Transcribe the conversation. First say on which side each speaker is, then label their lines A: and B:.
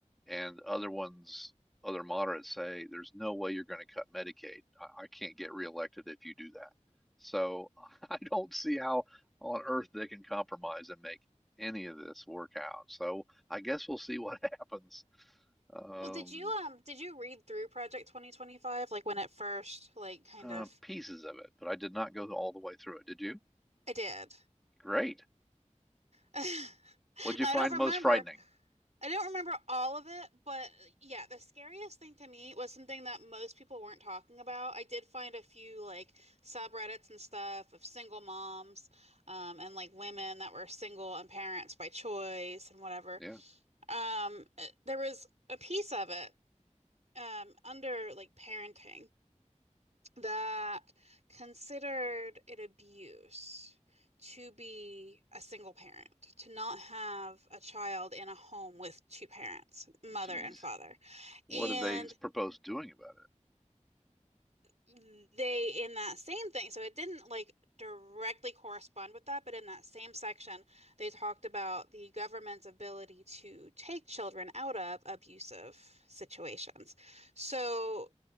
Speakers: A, in the centre; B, on the right (about 65°).
A: and other ones, other moderates say, there's no way you're gonna cut Medicaid. I, I can't get reelected if you do that. So <laughs> I don't see how on earth they can compromise and make any of this work out. So I guess we'll see <laughs> what happens. Um,
B: Well, did you um did you read through Project 2025 like when it first like kind
A: uh,
B: of
A: pieces of it, but I did not go all the way through it. Did you?
B: I did.
A: Great.
B: <laughs>
A: What'd you
B: Now
A: find
B: I don't remember
A: most frightening?
B: I don't remember all of it, but yeah, the scariest thing to me was something that most people weren't talking about. I did find a few like subreddits and stuff of single moms, um, and like women that were single and parents by choice and whatever.
A: Yeah.
B: Um, uh, there was a piece of it, um, under like parenting. that considered it abuse to be a single parent, to not have a child in a home with two parents, mother
A: Jeez.
B: and father.
A: What
B: And
A: do they propose doing about
B: they, in that same thing, so it didn't like directly correspond with that, but in that same section, they talked about the government's ability to take children out of abusive situations. So